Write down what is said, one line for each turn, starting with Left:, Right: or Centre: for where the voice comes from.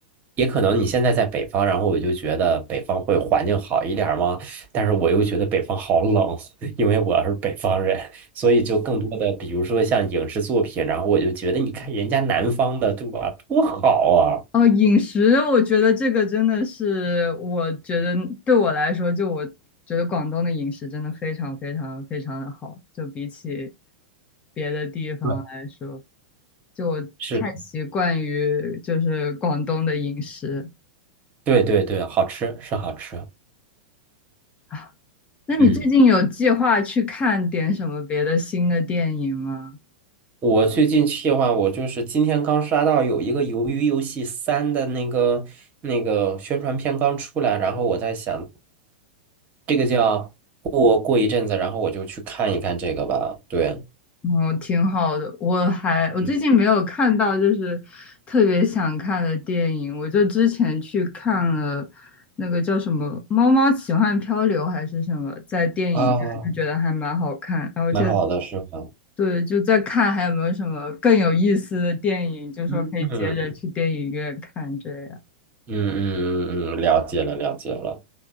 Right: 也可能你现在在北方，然后我就觉得北方会环境好一点儿吗？但是我又觉得北方好冷，<laughs> 因为我是北方人，所以就更多的，比如说像影视作品，然后我就觉得，你看人家南方的，对吧？多好啊！
Left: 哦，饮食，我觉得这个真的是，我觉得对我来说，就我觉得广东的饮食真的非常非常非常的好，就比起别的地方来说，
Right: 对，
Left: 就我太习惯于就是广东的饮食
Right: 是，对对对，好吃是好吃，
Left: 啊。那你最近有计划去看点什么别的新的电影吗？
Right: 嗯。我最近计话，我就是今天刚刷到有一个《鱿鱼游戏三》的那个那个宣传片刚出来，然后我在想，这个叫过过一阵子，然后我就去看一看这个吧。对，
Left: 哦，挺好的。我还我最近没有看到就是特别想看的电影，
Right: 嗯
Left: 我就之前去看了那个叫什么《猫猫奇幻漂流》还是什么，在电影院就觉得还蛮好看。
Right: 啊，
Left: 然后就
Right: 蛮好的，是吧？
Left: 对，就在看还有没有什么更有意思的电影，就说可以接着去电影院看这样。
Right: 嗯嗯嗯嗯嗯，了解了了解了。